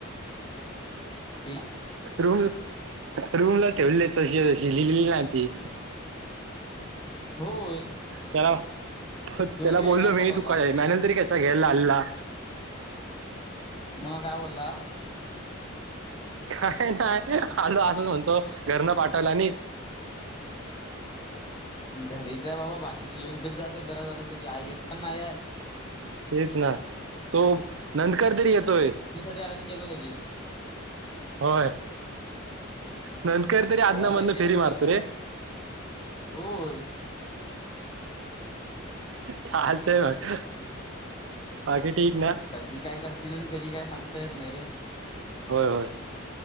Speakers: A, on the left; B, on the right.
A: <unintelligible>
B: रूम रूमला ठेवले तशी तशी लिहिली ना ती
A: होय
B: त्याला त्याला
A: तो एक वेगळाच
B: बोललो मी
A: आहे बाबा
B: तू काय मॅनेल तरी कसा घ्यायला हल्ला
A: मग काय बोलला
B: काय नाही आलो असंच म्हणतो घर न पाठवला आणि
A: घरीच आहे बाबा बाकीचे येऊन तरी जात जरा जरा तरी आई येत पण नाही आहे
B: तेच ना तो नंदकर तरी येतोय
A: गेलं लगेच
B: होय नंदकरतरी अदूमधून
A: लगेच येवर
B: फेरी मारतोय
A: का बंद आता होय
B: चालतय बघ बाकी ठीक नाही
A: कधी काय करतील आणि कधी काय सांगता येत नाही रे
B: होय होय